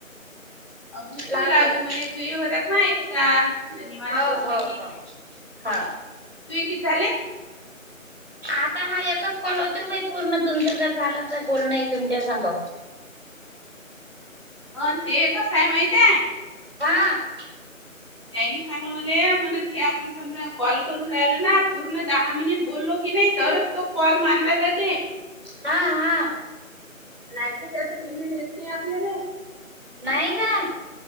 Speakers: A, on the left; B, on the right.
A: मग तूही
B: लावजात
A: लावायचे मले तूही होतात माये होतात निवांत
B: हो
A: असली
B: हो हो हा
A: तु हे किती झाले
B: आता हा एकच कॉल होतो बई पूर्ण तुमचं जर झालं तर बोलणये तुमच्या संघ
A: अन ते कसाय माहिते आय?
B: वा
A: त्यानी सांगलं मले म्हण हे आपण समजा कॉल करून राहिलो ना आप पूर्ण दहा मिनिट बोललो कीनय तरच तो कॉल मानला जाते.
B: हा हा.
A: नाही तर त्याचं पेमेंट येत नई आपल्याले
B: नाही काय?